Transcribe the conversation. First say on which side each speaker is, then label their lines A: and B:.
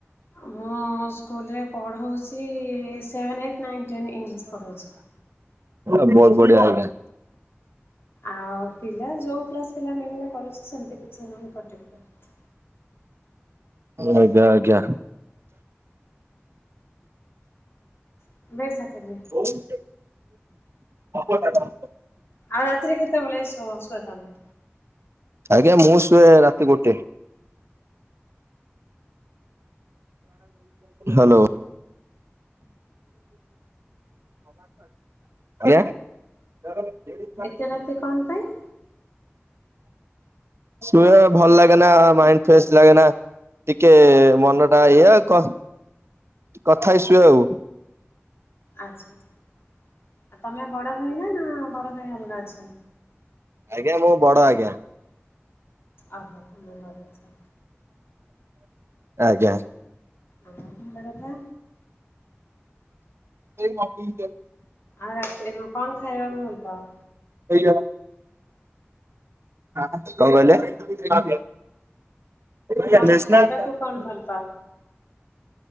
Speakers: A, on the left; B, on the right.
A: ମୁଁ ସ୍କୁଲରେ ପଢ଼ଉଚି। Seven, eighth, nine, ten English ପଢ଼ଉଛି।
B: ବହୁତ ବଢିଆ ଆଜ୍ଞା।
A: ଆଉ ପିଲା ଯୋଉ କ୍ଲାସ ପିଲା ମିଳିଲେ କରୁଛି ସେମିତି କିଛି ନାହିଁ ପର୍ଟିକୁଲାର।
B: ଆଜ୍ଞା ଆଜ୍ଞା।
A: <unintelligible>
B: <inaudible> <unintelligible>
A: ଆଉ ରାତିରେ କେତେବେଳେ ଶୁଅ ତମେ?
B: ଆଜ୍ଞା ମୁଁ ଶୁଏ ରାତି ଗୋଟେ। ହାଲୋ। ଆଜ୍ଞା। <inaudible>
A: ଏତେ ରାତି କଣ ପାଇଁ?
B: ଶୁଏ ଭଲ ଲାଗେନା ମାଇଣ୍ଡ ଫ୍ରେଶ ଲାଗେନା। ଟିକେ ମନଟା ଏଇଆ କଥ୍ କଥାଈସୁ ଆଉ।
A: ଆଚ୍ଛା ଆଚ୍ଛା ତମେ ବଡ ଭାଇ ନା ନା ବଡ ଭାଇ ଅଲଗା ଅଛନ୍?
B: ଆଜ୍ଞା ମୁଁ ବଡ ଆଜ୍ଞା।
A: ଅହ ତମେ ବଡ ଜା।
B: ଆଜ୍ଞା।
A: ଆ ଭଲ କଥା।
B: <unintelligible>
A: ଆଉ ରାତିରେ ହଁ କଣ ଖାଇବାକୁ ଭଲ ପାଅ।
B: ଆଜ୍ଞା। କଣ କହିଲେ?
A: କଣ
B: ନେସ୍‌ନାଲ୍
A: ଖାଇବାକୁ କଣ ଭଲ ପାଅ?